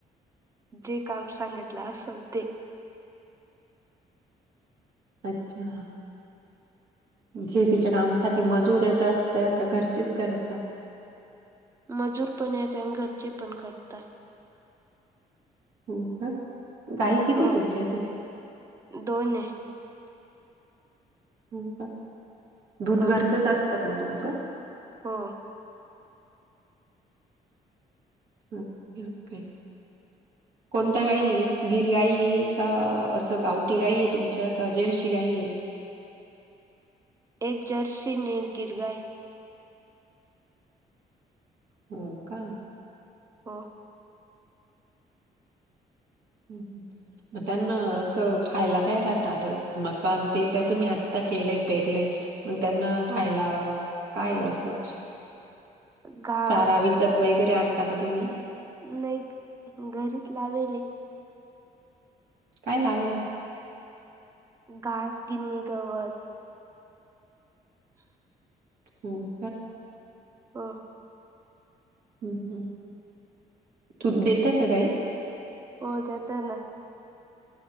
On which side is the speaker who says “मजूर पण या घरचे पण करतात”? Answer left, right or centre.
Right